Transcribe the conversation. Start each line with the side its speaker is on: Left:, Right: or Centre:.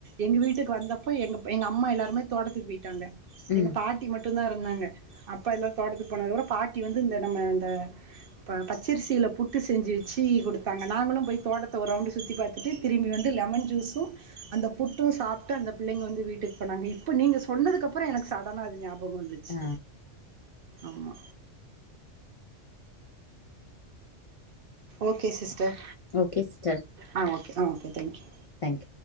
Right: எங்க வீட்டுக்கு வந்தப்போ எங்கப் எங்க அம்மா எல்லாருமே தோட்டத்துக்கு போயிட்டாங்க
Left: ம்
Right: எங்க பாட்டி மட் டுந்தா இருந்தாங்க அப்பால்லா தோட்டத்துக்கு போனா கூட பாட்டி வந்து இந்த நம்ம அந்த ம் பச்சரிசில புட்டு செஞ்சு வெச்சு குடுத்தாங்க நாங்களு போய் தோட்டத்த ஒரு ரவுண்டு சுத்தி பாத்துட்டு திரும்பி வந்து லெமன் ஜூஸு அந்த புட்டு சாப்ட்டு அந்த பிள்ளைங்க வந்து வீட்டுக்கு போனாங்க இப்ப நீங்க சொன்னதுக்கப்பற எனக்கு சடனா அது ஞாபக வந்துச்சு
Left: ஆ
Right: ஆமா ஓகே சிஸ்டர்
Left: ஓகே சிஸ்டர்
Right: ஆ ஓகே ஆ ஓகே தேங்க்யூ
Left: தேங்க்யூ